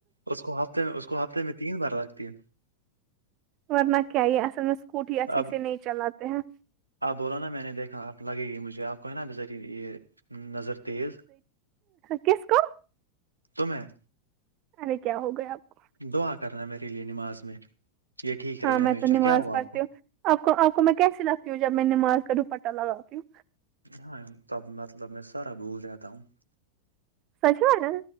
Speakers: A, on the right; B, on the right.
A: اس کو ہفتے میں اس کو ہفتے میں تین بار لگتی ہے
B: ورنہ کیا یہ اصل میں اسکوٹی اچھے
A: اب
B: سے نہیں چلاتے ہیں
A: آپ بولا نا میں نے دیکھا آپ لگے گی مجھے آپ کو ہے نا بری یہ نظر تیز
B: کس کوم
A: تو میںیں
B: ارے کیا ہو گیا آپ کو
A: دعا کرنا میرے لیے نماز میں یہ ٹھیک رہے
B: ہاں میں
A: ہمیشہ
B: تو نماز
A: کیا ہو
B: پڑھتی
A: آپ کو
B: ہوں آپ کو آپ کو میں کیس لگتی ہوں جب میں نے مار کر دوپٹا لگاتی ہوں
A: ہاں تب مطلب میں سارا بھول جاتا ہوں
B: سشو ہے نا